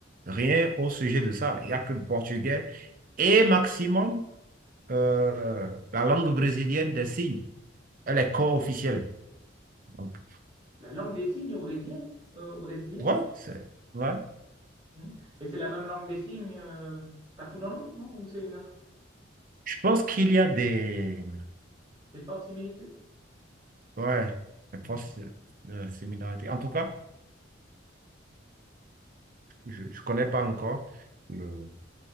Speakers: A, on the right; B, on the right.
A: rien au sujet de ça. Il n'y a que le portugais et maximum euh, la langue brésilienne des signes. Elle est co-officielle. Donc,
B: la langue des signes au Brésil, au Brésil
A: ouais, c'est ouais.
B: Hmm. Mais c'est la même langue des signes euh, partout dans le monde, non? Ou c'est une autre?
A: Je pense qu'il y a des,
B: Des fortes similitudes?
A: ouais, des
B: Hmm.
A: forces euh, similarités. En tout cas, je ne connais pas encore le...